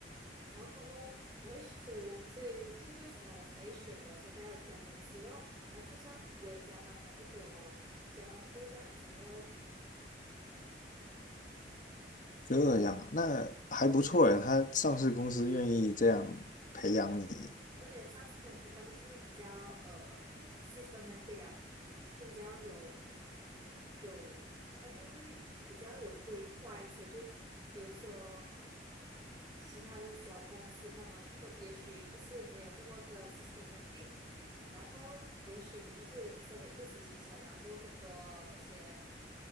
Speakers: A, on the right; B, on the left.
A: 然后过后我会，所以我所以就是为什么我才会选我现在的这家公司咯。然后就算我有加班，他也会给我加班费这样子咯。对，
B: 这样啊，那还不错呀，他上市公司愿意这样培养你，
A: 对对对，而且上市公司它就是会比较呃 systematic 啊，会比较有有，它就会比较有规划一些。就比如说其他的小公司他们会也许就是没有这么的 systematic，然后也许你就是身为一个实习生，然后很多那些